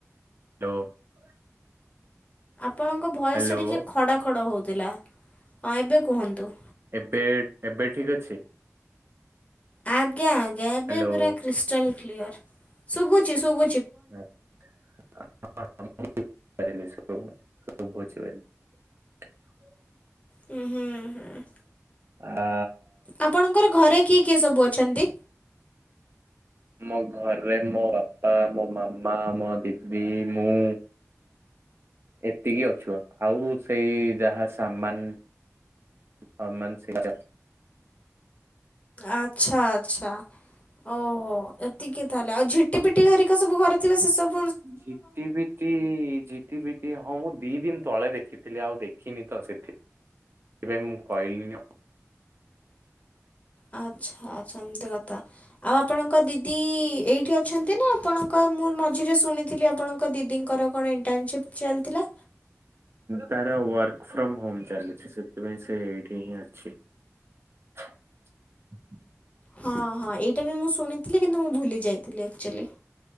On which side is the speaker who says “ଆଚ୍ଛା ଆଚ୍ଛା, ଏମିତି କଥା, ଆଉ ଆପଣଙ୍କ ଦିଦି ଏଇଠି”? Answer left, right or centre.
Left